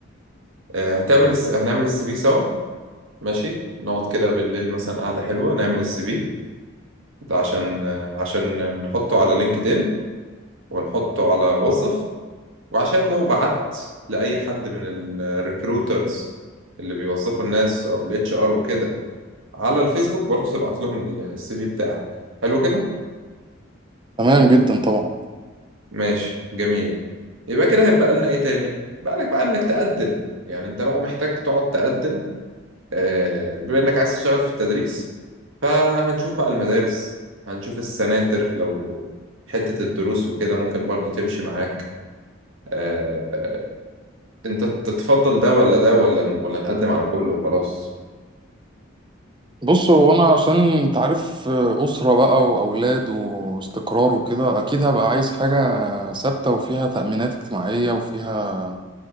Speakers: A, on the right (about 70°); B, on the right (about 20°).
A: آه، هتعمل الس- هنعمل السي في سوا ماشي نقعد كده بالليل مثلا قعدة حلوة نعمل السي في ده عشان آه، عشان نحطه على لينكد ان ونحطه على وظف وعشان لو بعت لأي حد من الريكروترز اللي بيوظفوا الناس او الاتش ار وكده على الفيسبوك برضو تبعت لهم ال- السي في بتاعك حلو كده
B: تمام جدا طبعا
A: ماشي جميل يبقى كده هيبقى لنا ايه تاني بقى لك بقى انك تقدم يعني انت بقى محتاج تقعد تقدم آه، بما انك عايز تشتغل في التدريس فهنشوف بقى المدارس هنشوف السناتر لو حتة الدروس وكده ممكن برضو تمشي معاك آه، انت تتفضل ده ولا ده ولا ولا نقدم على كله وخلاص
B: بص هو انا عشان انت عارف اسره بقى واولاد واستقرار وكده اكيد هبقى عايز حاجه ثابته وفيها تامينات اجتماعيه وفيها